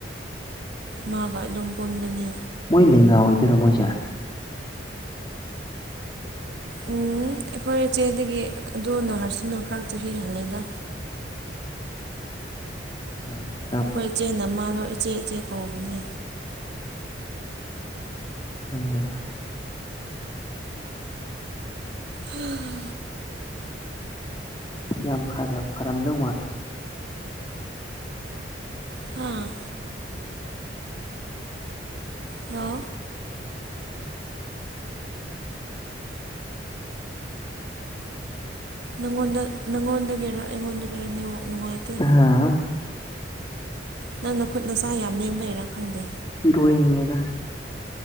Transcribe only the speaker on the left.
ꯃꯣꯏ ꯂꯦꯡꯒꯥ ꯑꯣꯏꯗꯣꯏꯔꯣ ꯃꯣꯏꯁꯦ
ꯐꯩꯏ
ꯎꯝ
ꯌꯥꯝ ꯐꯖꯥ ꯐꯔꯝꯗꯧ ꯃꯥꯜꯂꯦ
ꯍꯥꯝ
ꯏꯔꯣꯏꯅꯤꯡꯉꯤꯗ